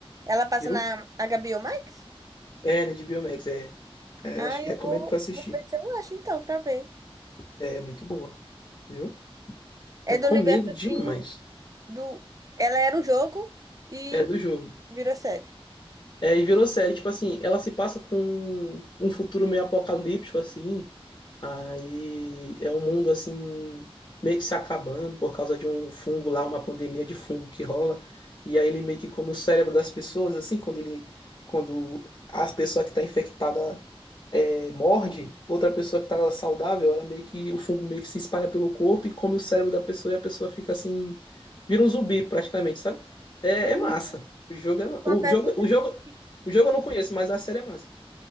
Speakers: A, on the right; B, on the left.
A: Ela passa
B: viu?
A: na HBO Max?
B: É, né, de Biomax, é. É,
A: Ah,
B: eu acho
A: eu
B: que recomendo
A: vou,
B: tu assistir.
A: vou ver se eu acho então, pra ver.
B: É muito boa, viu?
A: É
B: Recomendo
A: do universo
B: demais.
A: assim, do. Ela era um jogo e
B: É do jogo.
A: virou série.
B: É, e virou série, tipo assim, ela se passa com um futuro meio apocalíptico, assim. Aí é um mundo assim, meio que se acabando por causa de um fungo lá, uma pandemia de fungo que rola. E aí ele meio que come o cérebro das pessoas, assim, quando ele. Quando a pessoa que está infectada morde outra pessoa que tá saudável, ela meio que o fungo meio que se espalha pelo corpo e come o cérebro da pessoa e a pessoa fica assim, vira um zumbi praticamente, sabe? É,
A: Hum,
B: é massa. O jogo é ma-
A: confesso
B: o jogo,
A: que eu tenho
B: o jogo,
A: um pouquinho
B: o jogo eu não conheço, mas a série é massa.